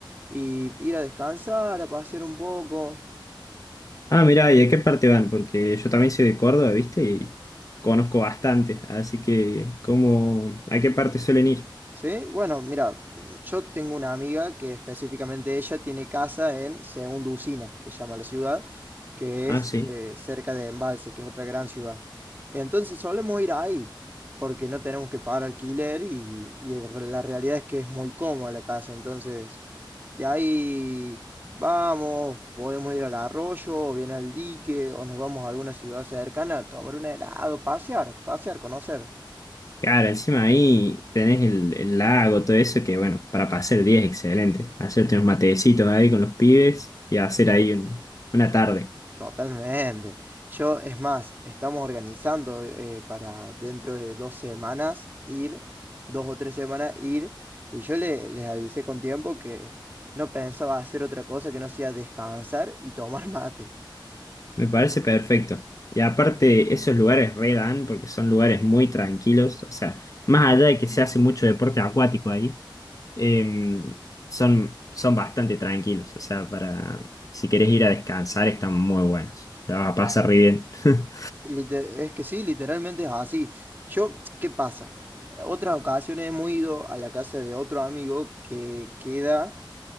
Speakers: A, on the right; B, on the left.
A: Y ir a descansar, a pasear un poco.
B: Ah, mirá, ¿y a qué parte van? Porque yo también soy de Córdoba, ¿viste? Y conozco bastante. Así que, ¿cómo, a qué parte suelen ir?
A: ¿Sí? Bueno, mira, mm, yo tengo una amiga que específicamente ella tiene casa en Segunda Usina, se llama la ciudad, que
B: Ah,
A: es
B: sí.
A: eh, cerca de Embalse, que es otra gran ciudad. Entonces solemos ir ahí, porque no tenemos que pagar alquiler y, y el re- la realidad es que es muy cómoda la casa. Entonces De ahí vamos, podemos ir al arroyo, o bien al dique, o nos vamos a alguna ciudad cercana a tomar un helado, pasear, pasear, conocer.
B: Claro, encima ahí tenés el, el lago, todo eso, que bueno, para pasar el día es excelente. Hacerte unos matecitos ahí con los pibes y hacer ahí un- una tarde.
A: Totalmente. Yo, es más, estamos organizando eh, para dentro de dos semanas ir, dos o tres semanas ir, y yo le- les avisé con tiempo que no pensaba hacer otra cosa que no sea descansar y tomar <laughs> mate.
B: Me parece perfecto. Y aparte, esos lugares re dan porque son lugares muy tranquilos. O sea, más allá de que se hace mucho deporte acuático ahí, em, son, son bastante tranquilos. O sea, para si querés ir a descansar, están muy buenos. La vas a pasar re bien. <laughs>
A: Lite- Es que sí, literalmente es así. Yo, ¿qué pasa? Eh, Otras ocasiones hemos ido a la casa de otro amigo que queda